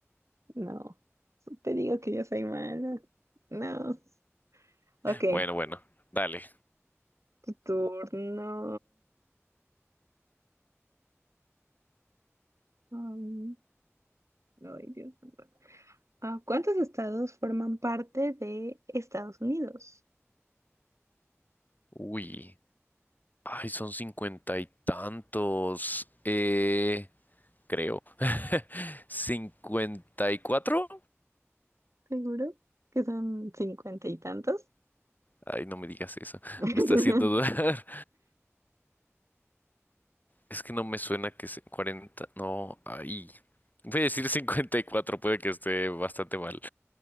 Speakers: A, on the right (about 75°); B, on the left (about 35°).
A: no. Te digo que yo soy mala. No. Ok,
B: Bueno, bueno, dale.
A: tu turno. Am, ay, Dios mío. Ah, ¿cuántos estados forman parte de Estados Unidos?
B: Uy, ay, son cincuenta y tantos. Eh, creo. ¿Cincuenta y cuatro?
A: seguro que son cincuenta y tantos.
B: Ay, no me digas eso.
A: <laughs>
B: Me está haciendo dudar. Es que no me suena que se- 40. No, ahí. Voy a decir 54, puede que esté bastante mal.